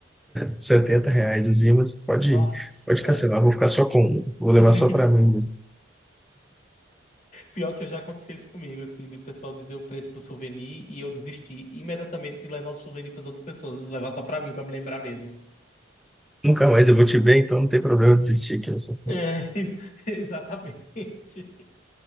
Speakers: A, in the centre; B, on the left (about 45°).
A: setenta reais os ímãs, pode,
B: Nossa.
A: pode cancelar, vou ficar só com um, vou levar
B: <laughs>
A: só para mim mesmo.
B: Pior que eu já aconteceu isso comigo, assim, de o pessoal dizer o preço do souvenir e eu desistir imediatamente de levar o souvenir para as outras pessoas, eu levar só para mim, para me lembrar mesmo.
A: Nunca mais eu vou te ver, então não tem problema eu desistir aqui. Eu sou.
B: É, ex- <laughs> exatamente.